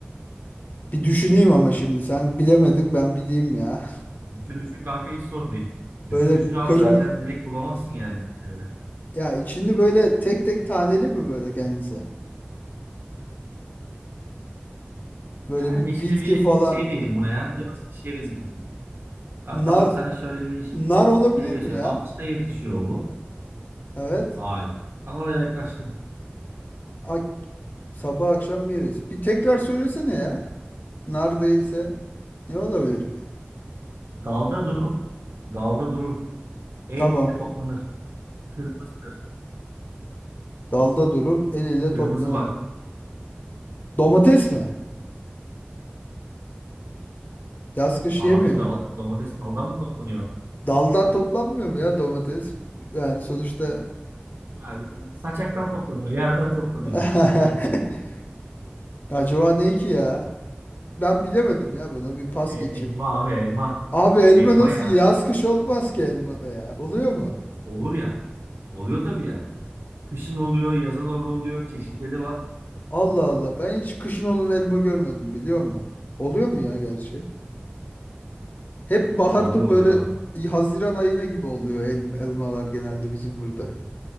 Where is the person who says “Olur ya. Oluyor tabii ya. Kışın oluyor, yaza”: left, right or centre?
Right